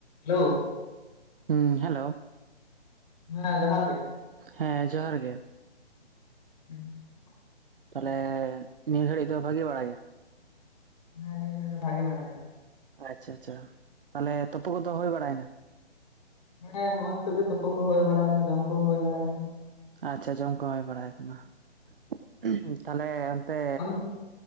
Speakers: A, on the left; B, on the right.
A: Hello
B: ᱦᱩᱸᱻ hello
A: ᱦᱮᱸ ᱡᱚᱦᱟᱨ ᱜᱮ᱾
B: ᱦᱮᱸ ᱡᱚᱦᱟᱨ ᱜᱮ᱾
A: <inaudible>
B: ᱛᱟᱦᱞᱮ ᱱᱤᱭᱟᱹ ᱜᱷᱟᱹᱲᱤᱡ ᱫᱚ ᱵᱷᱟᱹᱜᱤ ᱵᱟᱲᱟ ᱜᱮᱭᱟ?
A: ᱦᱮᱸ ᱱᱤᱭᱟ ᱜᱷᱟ. ᱲᱤᱡ ᱫᱚ ᱵᱷᱟ. ᱜᱤ ᱵᱟᱲᱟ ᱜᱮᱭᱟ᱾
B: ᱟᱪᱪᱷᱟ ᱟᱪᱪᱷᱟ᱾ ᱛᱟᱦᱞᱮ ᱛᱩᱯᱩ ᱠᱚᱫᱚ ᱦᱩᱭ ᱵᱟᱲᱟᱭᱮᱱᱟ?
A: ᱦᱮᱸ ᱦᱚᱭ ᱱᱤᱛᱚᱜ ᱜᱮ ᱛᱩᱯᱩ ᱠᱚ ᱦᱩᱭ ᱵᱟᱲᱟᱭᱱᱟ ᱡᱚᱢ ᱠᱚᱦᱚᱸ ᱦᱩᱭ ᱵᱟᱲᱟᱭᱮᱱᱟ᱾
B: ᱟᱪᱪᱷᱟ ᱡᱚᱢ ᱠᱚ ᱦᱩᱭ ᱵᱟᱲᱟ ᱭᱮᱱᱟ᱾ᱦᱩᱸ᱾ ᱛᱟᱦᱚᱞᱮᱻ ᱚᱱᱛᱮᱻ
A: ᱟᱢ